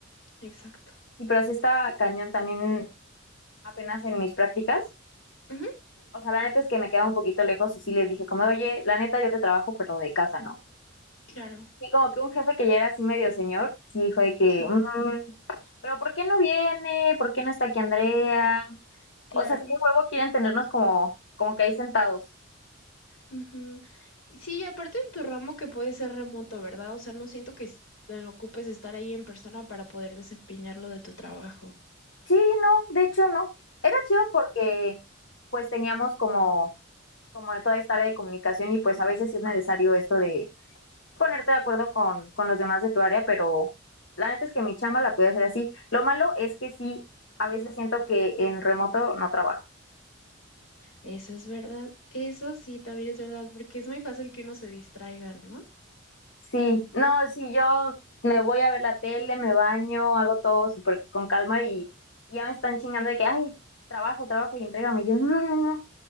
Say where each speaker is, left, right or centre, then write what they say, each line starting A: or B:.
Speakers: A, on the left (about 80°); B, on the left (about 65°).
A: Exacto.
B: Sí, pero sí está cañón también apenas en mis prácticas.
A: Ujú,
B: O sea, la neta es que me queda un poquito lejos y sí les dije como, de, oye, la neta yo te trabajo, pero de casa, ¿no?
A: Claro,
B: Sí, como que un jefe que ya era así medio señor, sí dijo de que,
A: sí,
B: "Mm, pero ¿por qué no viene? ¿Por qué no está aquí Andrea?
A: claro.
B: O sea, sí, huevo quieren tenernos como, como que ahí sentados.
A: Ujú. Y Sí, y aparte en tu ramo que puede ser remoto, ¿verdad? O sea, no siento que s- te ocupes estar ahí en persona para poder desempeñar lo de tu trabajo.
B: Sí, no, de hecho no. Era chido porque pues teníamos como, como de toda esta área de comunicación y pues a veces sí es necesario esto de ponerte de acuerdo con, con los demás de tu área, pero la neta es que mi chamba la pude hacer así. Lo malo es que sí, a veces siento que en remoto no trabajo.
A: Eso es verdad, eso sí, también es verdad, porque es muy fácil que uno se distraiga, ¿no?
B: Sí, no, si yo me voy a ver la tele, me baño, hago todo súper con calma y ya me están chingando de que, ay, trabajo, trabajo y entrégame. Y yo, no, no, no, no,